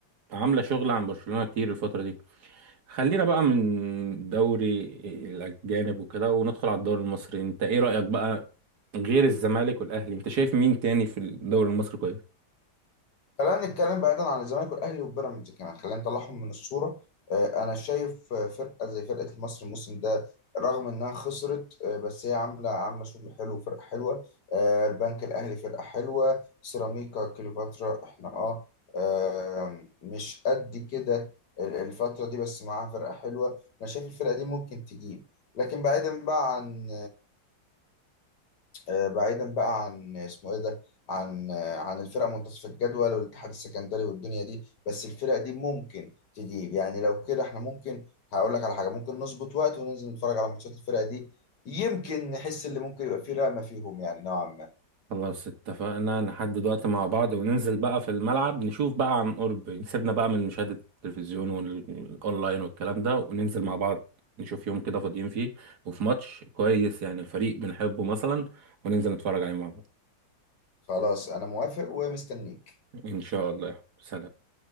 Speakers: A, on the right; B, on the left.
A: عامله شغل عن برشلونه كتير الفتره دي خلينا بقى من دوري الاجانب وكده وندخل على الدوري المصري انت ايه رايك بقى غير الزمالك والاهلي انت شايف مين تاني في الدوري المصري كويس
B: خلينا نتكلم بعيدا عن الزمالك والاهلي وبيراميدز كمان خلينا نطلعهم من الصوره آه، انا شايف آه، فرقه زي فرقه المصري الموسم ده رغم انها خسرت آه، بس هي عامله عامله شغل حلو فرقه حلوه آه، البنك الاهلي فرقه حلوه سيراميكا كليوباترا احنا اه آم، مش قد كده ال- الفتره دي بس معاها فرقه حلوه انا شايف الفرقه دي ممكن تجيب لكن بعيدا بقى عن آه، بعيدا بقى عن اسمه ايه ده عن آه، عن الفرق منتصف الجدول والاتحاد السكندري والدنيا دي بس الفرق دي ممكن تجيب يعني لو كده احنا ممكن هقول لك على حاجه ممكن نظبط وقت وننزل نتفرج على ماتشات الفرق دي يمكن نحس اللي ممكن يبقى فيه رقمه فيهم يعني نوعا ما
A: خلاص اتفقنا نحدد وقت مع بعض وننزل بقى في الملعب نشوف بقى عن قرب سيبنا بقى من مشاهدة التلفزيون والأونلاين والكلام ده وننزل مع بعض نشوف يوم كده فاضيين فيه وفي ماتش كويس يعني الفريق بنحبه مثلا وننزل نتفرج عليه مع بعض
B: خلاص انا موافق ومستنيك
A: إن شاء الله سلام